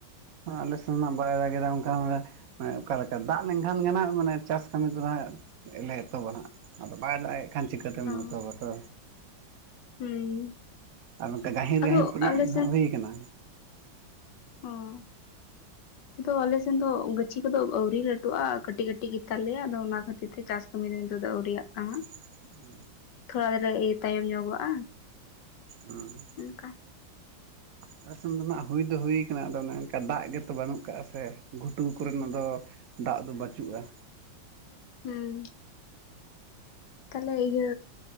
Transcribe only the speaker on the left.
ᱚ
ᱦᱩᱸ᱾
ᱟᱫᱚ
ᱟᱞᱮ
ᱚᱸ, ᱫᱚ ᱟᱞᱮ ᱥᱮᱱ ᱫᱚ ᱜᱟᱹᱪᱷᱤ ᱠᱚᱫᱚ ᱟᱹᱣᱨᱤ ᱞᱟᱹᱴᱩᱜᱼᱟ ᱠᱟᱹᱴᱤᱡ ᱠᱟᱹᱴᱤᱡ ᱜᱮᱛᱟᱞᱮᱭᱟ ᱟᱫᱚ ᱚᱱᱟ ᱠᱷᱟᱹᱛᱤᱨ ᱛᱮ ᱪᱟᱥ ᱠᱟᱹᱢᱤ ᱫᱚ ᱱᱤᱛᱚᱜ ᱫᱚ ᱟᱹᱣᱨᱤᱭᱟᱜ ᱠᱟᱱ᱾
ᱛᱷᱚᱲᱟ <unintelligible> ᱛᱟᱭᱚᱢ ᱧᱚᱜᱚᱜᱼᱟ᱾
<unintelligible>
ᱦᱩᱸ᱾ ᱛᱟᱦᱚᱞᱮ ᱤᱭᱟᱹ